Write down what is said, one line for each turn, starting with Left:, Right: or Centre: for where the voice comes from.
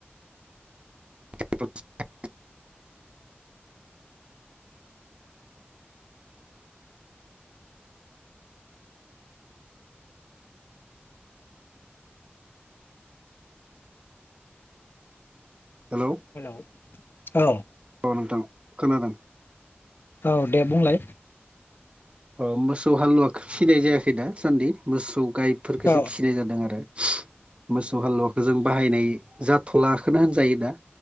Right: <unintelligible> हेलौ
Left: हेल' औ
Right: औ नोंथां खोनादों
Left: औ दे बुंलाय
Right: अ मोसौ हालुवाखौ फिनाय जायाखै दासान्दि मोसौ गायफोरखौसो
Left: औ
Right: फिसिनाय जादों आरो मोसौ हालुवाखौ जों बाहायनाय जाथ'लाखोनो होनजायो दा